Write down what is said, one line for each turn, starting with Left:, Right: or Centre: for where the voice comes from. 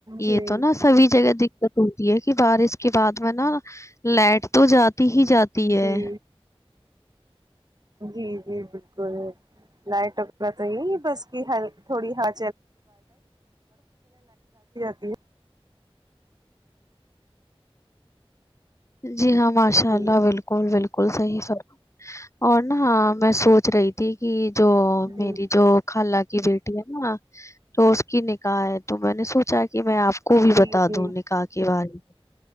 Right: جی
Left: یہ تو نا تب ھی زیادہ دقت ہوتی ہے کہ بارش کے بعد میں نا لائٹ تو جاتی ہی جاتی ہے
Right: جی جی جی بالکل لائٹ وغیرہ تو نہی تھوڑی ہاں <unintelligible> <unintelligible>
Left: جی ہاں ماشا
Right: ہے جی
Left: اللہ بالکل بالکل صحیح سنا اور نا ہاں میں سوچ رہی تھی کہ جو و
Right: جی
Left: میری جو و قالا کی بیٹی ہے نا تو اس کی نکاح ہے تو میں نے سوچا کہ میں آپ کو بھی
Right: جی
Left: بتا
Right: جی
Left: دوں نکاح کے بارے میں